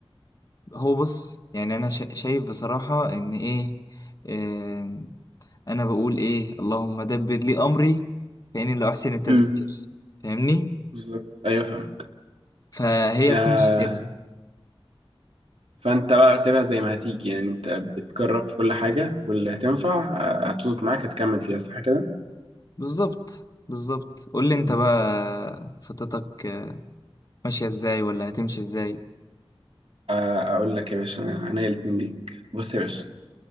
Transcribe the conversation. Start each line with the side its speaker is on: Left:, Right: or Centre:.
Left: هو بص يعني انا شا- شايف بصراحة ان ايه آم، انا بقول ايه اللهم دبر لي امري فاني لا احسن التدبير
Right: امم
Left: فاهمني
Right: بالظبط ايوه فاهمك
Left: فهي
Right: آه
Left: بتمشي كده
Right: فانت بقى سيبها زي ما هتيجي يعني انت بتجرب في كل حاجه واللي هتنفع آه، هتظبط معاك هتكمل فيها صح كده
Left: بالظبط بالظبط قول لي انت
Right: مم.
Left: بقى خطتك آه، ماشية ازاي ولا هتمشي ازاي
Right: آه، اقول لك يا باشا انا الاتنين ليك بص يا باشا